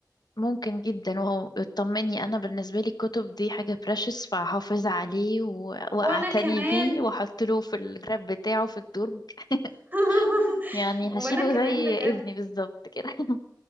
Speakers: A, on the left; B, on the right.
A: ممكن جدا وهو يطمني انا بالنسبه لي الكتب دي حاجه بريشس فهحافظ عليه و... واعتني
B: وانا كمان
A: بيه واحط له في الجراب بتاعه في الدرج
B: <laughs>
A: <laughs> يعني
B: وانا
A: هشيله
B: كمان
A: زي
B: بجد
A: ابني بالظبط كده <laughs>